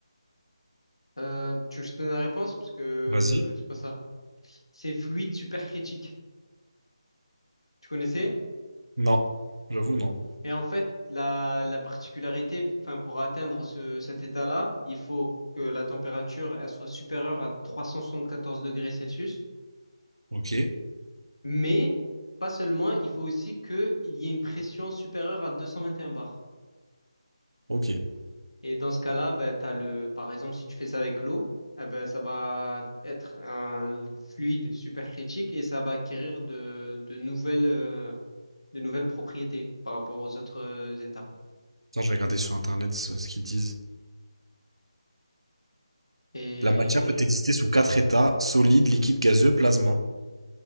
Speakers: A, on the left; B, on the right.
A: Euh, tu veux que je te donne la réponse? Parce que
B: Vas-y.
A: c'est pas ça. C'est fluide supercritique. Tu connaissais?
B: Non, j'avoue, non.
A: Et en fait, la, la particularité, p- enfin, pour atteindre ce- cet état-là, il faut que la température elle soit supérieure à 374 degrés Celsius,
B: Ok,
A: mais pas seulement, il faut aussi qu'il y ait une pression supérieure à 221 bars.
B: ok. Attends,
A: Et dans ce cas-là, ben, t'as le, par exemple, si tu fais ça avec l'eau, eh ben, ça va être un fluide supercritique et ça va acquérir de, de nouvelles, euh, de nouvelles propriétés par rapport aux autres euh, états.
B: je vais regarder sur Internet ce, ce qu'ils disent.
A: Et
B: La matière peut exister sous quatre états, solide, liquide, gazeux, plasma.